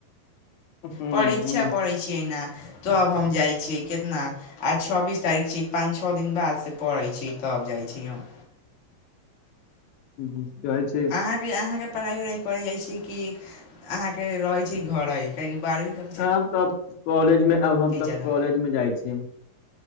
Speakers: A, on the left; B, on the left.
A: हूँ
B: परीक्षा
A: हूँ
B: पढ़ै छियै ने तऽ आब हम जाइ छियै कितना आ छबीस तारीख छी पाँच छ दिन बाद से पड़ैत छै तब जाइत छी हम
A: <unintelligible> छै
B: अहाँके अहाँके पढ़ाइ उढ़ाइ करै जाइ छै कि अहाँके रहै छै घरे काहेकि बारहवी क
A: आब तऽ कॉलेज मे अब हम तऽ
B: ज्यादा
A: कॉलेज मे जाइ छीिय